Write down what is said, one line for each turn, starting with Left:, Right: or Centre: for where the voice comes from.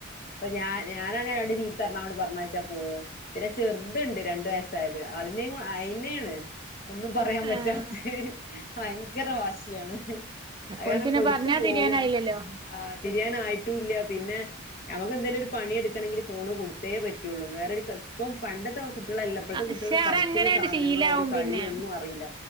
Left: ഇപ്പ ഞാ ഞാനാണെ രണ്ട് ചീത്തറഞ്ഞാ അങ്ങട്ട് പറഞ്ഞയ്ച്ചാ പോവും പിന്നെ ചെറ്ത്ണ്ട് രണ്ടു വയസ്സായത് അതിനെയ അയിന്നേണ് ഒന്നും പറയാം പറ്റാത്തെ
Right: ആഹ്
Left: ഭയങ്കര വാശിയാണ് അറിയാതെ
Right: ഓൽക്ക്ന്നെ
Left: കൊടുത്തു
Right: പറഞ്ഞാ
Left: പോവും
Right: തിരിയാനായില്ലല്ലോ
Left: ആ തിരിയാനായിട്ടുല്ല്യ പിന്നെ ഞമ്മക്കെന്തേലൊരു പണിയെടുക്കണങ്കില് ഫോണ് കൊടുത്തേ പറ്റൊള്ളൂ വേറൊരു കളി ഇപ്പം പണ്ടത്തെ കുട്ടിയളല്ല ഇപ്പളത്തെ
Right: പക്ഷെ
Left: കുട്ടിയൾക്ക്
Right: അതങ്ങനെയാണ്ട്
Left: കളിക്കുന്ന സാധനങ്ങളോ
Right: ശീലാവും
Left: ഒരു കളിയോ
Right: പിന്നെ
Left: ഒന്നും അറീല്ല